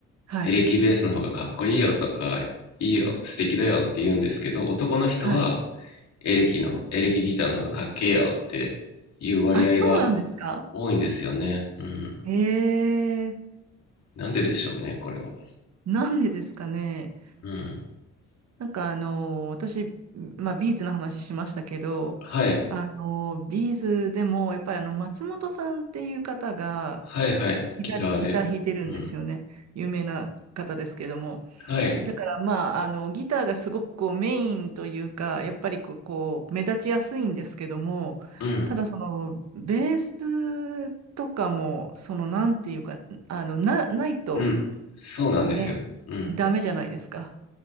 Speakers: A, on the right; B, on the left.
A: はい、
B: エレキベースの方がかっこいいよとか、いいよ、素敵だよって言うんですけど、男の人は
A: はい。
B: エレキの、エレキギターの方がかっけえよっていう割合が
A: あ、そうなんですか
B: 多いんですよね。うん。
A: ええ
B: なんででしょうね、これは。
A: なんでですかね。
B: うん。
A: なんかあのー私、まあビーズの話しましたけど、
B: はい。
A: あのービーズでもやっぱりあの松本さんっていう方が
B: はいはい。
A: ギタリ、
B: ギターで。
A: ギター弾いてるんですよね。
B: うん。
A: 有名な方ですけども。
B: はい。
A: だからまあ、あの、ギターがすごくこうメインというか、やっぱりこう、こう目立ちやすいんですけども、
B: うん。
A: ただその、ベースとかも、その、なんていうか、あの、な、ないと、
B: うん。そうなんですよ。
A: ねえ、
B: うん。
A: ダメじゃないですか。